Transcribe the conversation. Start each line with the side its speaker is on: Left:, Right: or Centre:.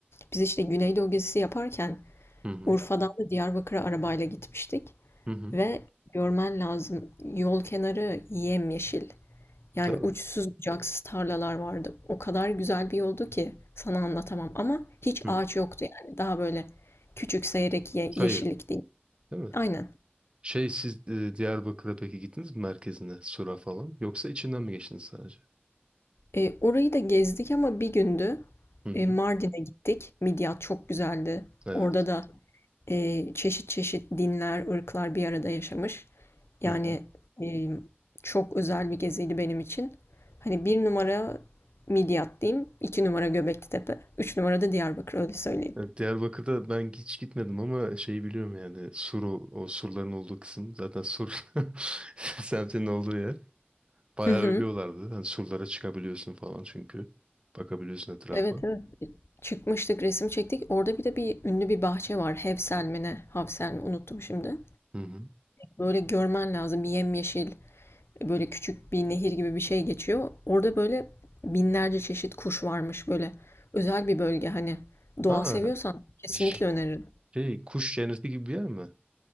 Left: Biz işte Güneydoğu gezisi yaparken
Right: Hı hı.
Left: Urfa'dan da Diyarbakır'a arabayla gitmiştik
Right: Hı hı.
Left: ve görmen lazım yol kenarı yemyeşil. Yani
Right: Değil mi?
Left: uçsuz bucaksız tarlalar vardı. O kadar güzel bir yoldu ki sana anlatamam. Ama hiç
Right: Hı.
Left: ağaç yoktu yani. Daha böyle küçük seyrek ye
Right: Çayır.
Left: yeşillik değil.
Right: Değil mi?
Left: Aynen.
Right: Şey siz e, Diyarbakır'a peki gittiniz mi merkezine? Sura falan. Yoksa içinden mi geçtiniz sadece?
Left: E, orayı da gezdik ama bir gündü.
Right: Hı hı.
Left: E, Mardin'e gittik. Midyat çok güzeldi.
Right: Evet.
Left: Orada da e, çeşit çeşit dinler, ırklar bir arada yaşamış. Yani
Right: Hı hı.
Left: e, çok özel bir geziydi benim için. Hani bir numara Midyat diyeyim, iki numara Göbekli Tepe, üç numara da Diyarbakır öyle söyleyeyim.
Right: Evet, Diyarbakır'da ben hiç gitmedim ama şeyi biliyorum yani Suru o o surların olduğu kısım zaten sur <laughs> semtinin olduğu yer. Bayağı
Left: Hı hı.
Right: övüyorlardı. Hani surlara çıkabiliyorsun falan çünkü. Bakabiliyorsun etrafa.
Left: Evet evet. Çıkmıştık, resim çektik. Orada bir de bir ünlü bir bahçe var. Hevsel mi ne? Havsel mi? Unuttum şimdi.
Right: Hı hı.
Left: Böyle görmen lazım. Bir yemyeşil, böyle küçük bir nehir gibi bir şey geçiyor. Orada böyle binlerce çeşit kuş varmış böyle. Özel bir bölge hani. Doğa
Right: Ha
Left: seviyorsan kesinlikle
Right: ş-
Left: öneririm.
Right: şey kuş cenneti gibi bir yer mi?